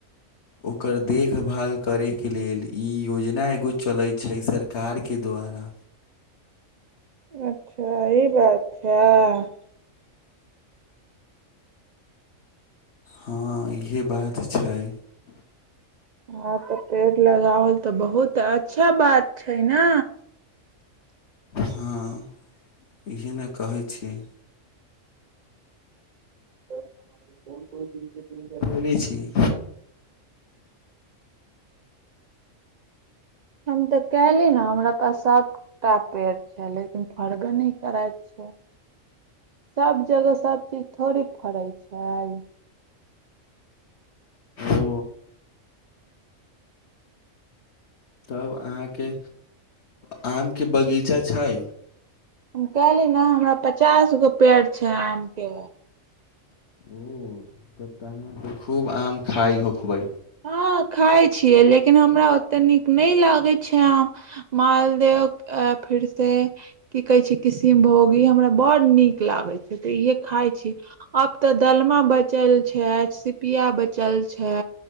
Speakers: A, on the left; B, on the right.
A: ओकर देखभाल करैके लेल ई योजना एगो चलै छै सरकारके द्वारा
B: अच्छा ई बात छाई
A: हँ इहे बात छै
B: हँं तऽ पेड़ लगावल तऽ बहुत अच्छा बात छै ने
A: हँ इहे ने कहै छी
B: तऽ कोन कोन च
A: बोलै छियै
B: हम तऽ कले ने हमरा पास साफ छेटा पेड़ छै लेकिन फड़बे नहि करैत छै सभ जगह सभ चीज थोड़ी फरैत छै
A: ओ तब अहाँके आमके बगीचा छै
B: हम कहली ने हमरा पचास गो पेड़ छै आम के
A: ओ तब तऽ अहाँके खूब आम खाइ होखबै
B: हँ खाइ छियै लेकिन हमरा ओतेक नीक नहि लागैत छै आम मालदह अ फिर से की कहै छै किशमभोग ई हमरा बड़ नीक लागै छै तऽ इह खाइ छी अब ते दलमा बचल छै सिपिया बचल छै